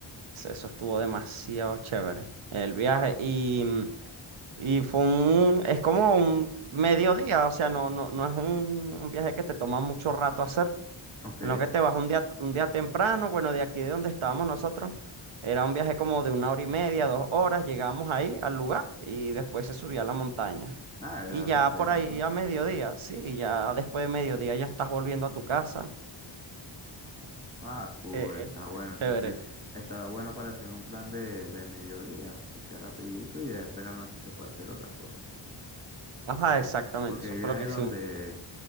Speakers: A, on the right (about 75°); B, on the right (about 15°).
A: eso estuvo demasiado chévere. El viaje y, y fue un, es como un mediodía, o sea, no, no, no es un, un viaje que te toma mucho rato hacer.
B: Ok.
A: En lo que te vas un día, un día temprano, bueno, de aquí de donde estábamos nosotros, era un viaje como de una hora y media, dos horas, llegamos ahí al lugar y después se subía a la montaña.
B: Ah, era
A: Y ya
B: rápido
A: por ahí
B: entonces.
A: a mediodía, sí, ya después de mediodía ya estás volviendo a tu casa.
B: Ah, cool,
A: Eh, es-
B: está bueno.
A: es
B: Entonces,
A: chévere.
B: está bueno para hacer un plan de, de mediodía, que sea rapidito y después en la noche se puede hacer otras cosas.
A: Ajá, exactamente,
B: Porque
A: eso
B: hay
A: fue
B: viajes
A: lo que hicimos.
B: donde,